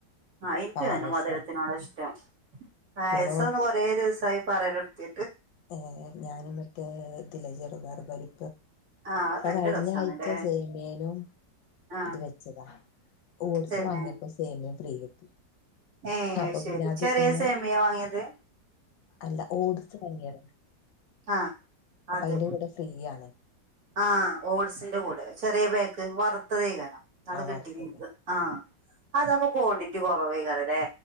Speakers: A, on the right; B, on the left.
A: ആഹ് എനിക്ക്
B: പായസം
A: തന്നെ മധുരത്തിനോട്ം ഇഷ്ടം പായസംന്ന്
B: ഇവിടെ
A: കൊറെേ ദിവസായി- പറയലെടുതി
B: ഏ ഞാനും മറ്റേ ഇതിലെ ചെറുതാറു <unintelligible> ഞ
A: ആഹ് അത് നല്ല
B: കഴിഞ്ഞ
A: രസാണല്ലേ
B: ആഴ്ച സേമേനും
A: ആഹ്
B: ഇത് വെച്ചതാ ഓട്സ്
A: തന്നെ
B: വാങ്ങിയപ്പോ സേമിയം ഫ്രീ കിട്ടി.
A: ഏഹ്
B: അപ്പൊ
A: ശരി
B: പിന്നെ അത്
A: ചെറിയ
B: പിന്നെ
A: സേമ്യാ വങ്ങിയത്?
B: അല്ല ഓട്സ്ണ്ടാവ് ലെ
A: ആഹ്
B: അപ്പൊ
A: അത്
B: അയിന്റെ കൂടെ ഫ്രീയാണ്.
A: ആഹ് ഓട്സിന്റെ കൂടെ ചെറിയ ബാക്ക് വറുത്തതെയ്കാരം. നള്
B: ആഹ്
A: കിട്ടിഞ്ഞി
B: വറുത്തത്
A: ഇൻക്ക് ആഹ് അതാവുമ്പോ ക്വാണ്ടിറ്റി കൊറവേകാരംല്ലേ.